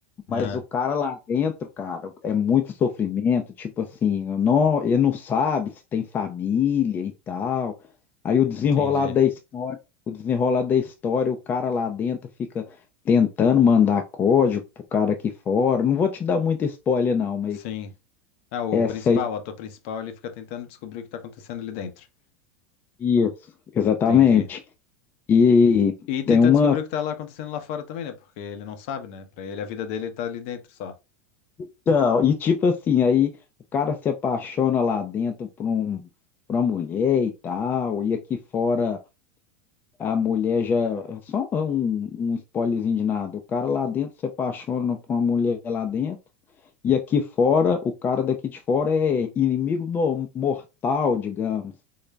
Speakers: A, on the left; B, on the left.
A: Mas
B: Ah,
A: o cara lá dentro, cara, é muito sofrimento, tipo assim, eu não, ele não sabe se tem família e tal. Aí o desenrolar
B: entendi.
A: da história, o desenrolar da história, o cara lá dentro fica tentando mandar código pro cara aqui fora. Não vou te dar muito spoiler não, mas
B: Sim. Ah, o
A: essa
B: principal,
A: aí,
B: o ator principal, ele fica tentando descobrir o que tá acontecendo ali dentro.
A: isso, exatamente.
B: Entendi.
A: E
B: E tentar
A: tem uma,
B: descobrir o que tá lá acontecendo lá fora também, né? Porque ele não sabe, né? Pra ele, a vida dele tá ali dentro só.
A: então, e tipo assim, aí o cara se apaixona lá dentro por um, por uma mulher e tal, e aqui fora A mulher já. Só um, um spoilerzinho de nada. O cara lá dentro se apaixona por uma mulher lá dentro. E aqui fora, o cara daqui de fora é inimigo no- mortal, digamos,